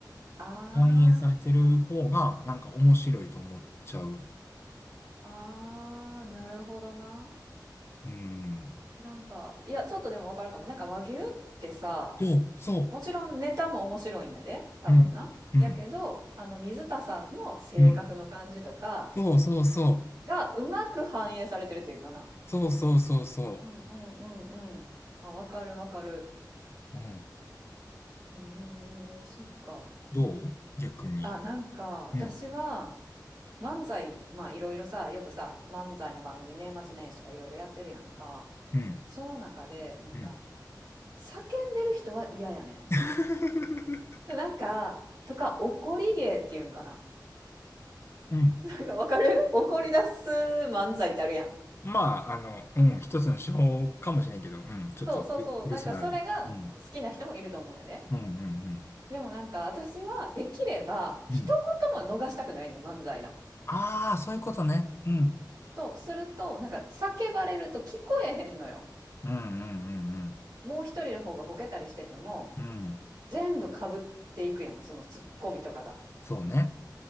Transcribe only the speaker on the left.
反映されてる方が、なんか面白いと思っちゃう。
うん。
そう、そ
う。うん。うん。
うん。そうそうそ
う。そうそうそうそ
う。うん。
どう逆に。
うん。
うん
うん。
<laughs>
うん。
まあ、あの、うん、一つの手法かもしれんけど、うん、ちょっとうる、
うるさい。
うん。うん、うん、
うん。うん。
ああ、そういうことね。うん。
うん、うん、
うん、うん。うん。
そうね。